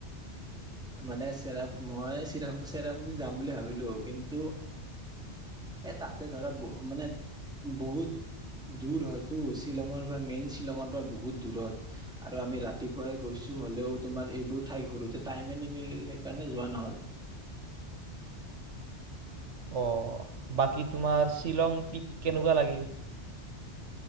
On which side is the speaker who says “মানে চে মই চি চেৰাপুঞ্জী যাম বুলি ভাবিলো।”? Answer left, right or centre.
Centre